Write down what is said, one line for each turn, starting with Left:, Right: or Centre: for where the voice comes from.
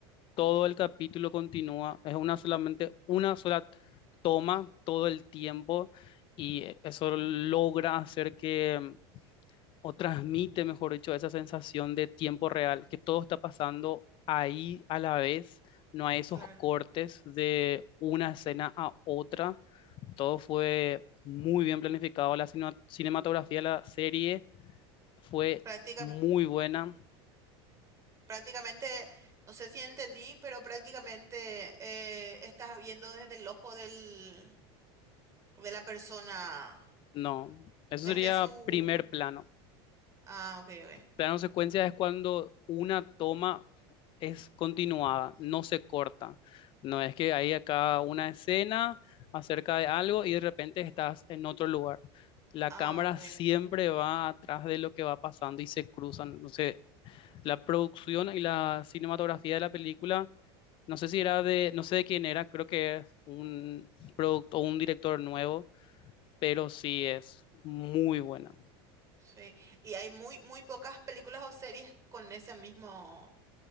Left: todo el capítulo continúa, es una solamente una sola toma todo el tiempo y eso
Right: Mm,
Left: logra hacer que mm, o transmite, mejor dicho, esa sensación de tiempo real, que todo está pasando ahí a la vez, no hay esos
Right: Claro,
Left: cortes de una escena a otra, todo fue muy bien planificado, la cine- cinematografía de la serie fue
Right: Práctica-
Left: muy buena,
Right: prácticamente, no sé si entendí, pero prácticamente eh, estás viendo desde el ojo del, de la persona,
Left: no, eso
Right: desde
Left: sería
Right: su...
Left: primer plano.
Right: Ah, ok, ok.
Left: Plano secuencia es cuando una toma es continuada, no se corta. No es que hay acá una escena acerca de algo y de repente estás en otro lugar. La
Right: Ah,
Left: cámara
Right: ok. ok.
Left: siempre va atrás de lo que va pasando y se cruzan. Entonces, la producción y la cinematografía de la película, no sé si era de, no sé de quién era, creo que es un producto o un director nuevo, pero sí es muy buena.
Right: Sí. Y hay muy, muy pocas películas o series con ese mismo,